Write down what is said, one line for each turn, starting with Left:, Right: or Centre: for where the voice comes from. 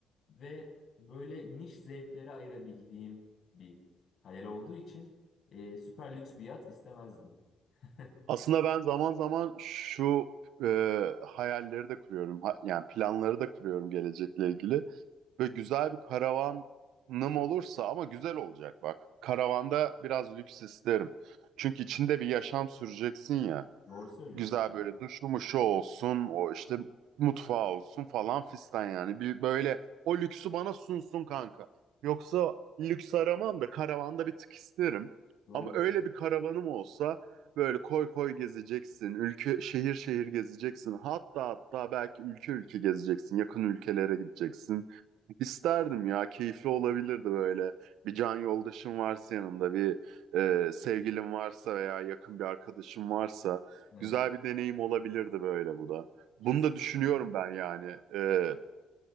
Left: ve böyle niş zevklere ayırabildiğim bir hayal olduğu için e, süper lüks bir yat istemezdim. <laughs>
Right: Aslında ben zaman zaman şu e, hayalleri de kuruyorum. Ha- yani planları da kuruyorum gelecekle ilgili. Ve güzel bir karavanım olursa ama güzel olacak bak. Karavanda biraz lüks isterim. Çünkü içinde bir yaşam süreceksin ya
Left: Doğru söylüyorsun.
Right: güzel
Left: Hani
Right: böyle duşu mu şu olsun o işte mutfağı olsun falan fistan yani. Bir böyle o lüksü bana sunsun kanka. Yoksa lüks aramam da karavanda bir tık isterim.
Left: Doğru.
Right: Ama öyle bir karavanım olsa böyle koy koy gezeceksin. Ülke şehir şehir gezeceksin. Hatta hatta belki ülke ülke gezeceksin. Yakın ülkelere gideceksin. İsterdim ya keyifli olabilirdi böyle. Bir can yoldaşın varsa yanında bir e, sevgilin varsa veya yakın bir arkadaşın varsa
Left: Evet.
Right: Güzel bir deneyim olabilirdi böyle bu da.
Left: Kesinlikle.
Right: Bunu da düşünüyorum ben yani e,